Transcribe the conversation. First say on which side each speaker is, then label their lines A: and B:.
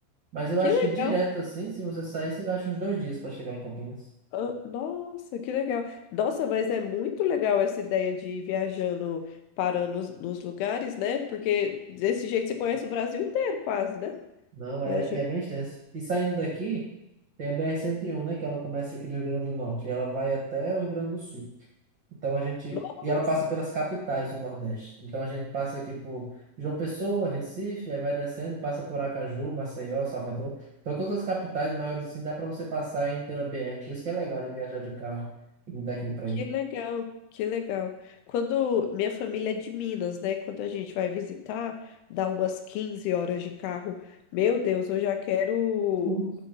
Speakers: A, on the right; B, on the left.
A: Mas eu
B: Que
A: acho
B: legal.
A: que direto assim, se você sair, você gasta uns dois dias para chegar em Campinas.
B: Ah, Nossa, que legal. Nossa, mas é muito legal essa ideia de ir viajando, parando nos, nos lugares, né? Porque desse jeito você conhece o Brasil inteiro, quase, né?
A: Não é,
B: Viajando.
A: e é bem extenso. E saindo daqui, tem a B R cento e um né? Que ela começa aqui no Rio Grande do Norte e ela vai até o Rio Grande do Sul. Então a gente.
B: Nossa.
A: E ela passa pelas capitais do Nordeste. Então a gente passa aqui por João Pessoa, Recife, aí vai descendo, passa por Aracaju, Maceió, Salvador. Então todas as capitais maiores assim dá para você passar indo pela BR. Por isso que é legal de viajar de carro indo daqui para
B: Que
A: aí.
B: legal, que legal. Quando minha família é de Minas, né? Quando a gente vai visitar, dá umas 15 horas de carro. Meu Deus, eu já quero.
A: Uhum.